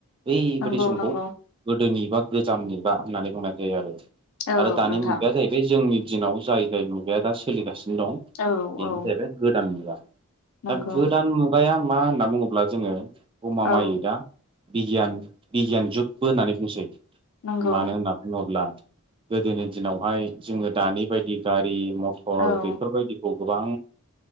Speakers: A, on the right; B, on the left.
A: बैबायदि
B: नंगौ
A: समखौ
B: नंगौ
A: गोदोनि गोजाम मुगा होननानै बुंनाय जायो आरो
B: औ
A: आरो दानि
B: नोंथां
A: मुगाया जाहैबाय जोंनि दिनाव जाय जाय मुगाया दा सोलिगासिनो दं
B: औ
A: बेनो
B: औ
A: जाहैबाय गोदान मुगा
B: नंगौ
A: दा गोदान मुगाया मा होनना बुङोब्ला जोङो गमा
B: औ
A: मायै दा बिगियान बिगियान जुगबो होननानै बुंसै
B: नंगौ
A: मानो होनना बुङोब्ला गोदोनि दिनावहाय जोङो दानि बायदि गारि मथर
B: औ
A: बेफोरबायदिखौ गोबां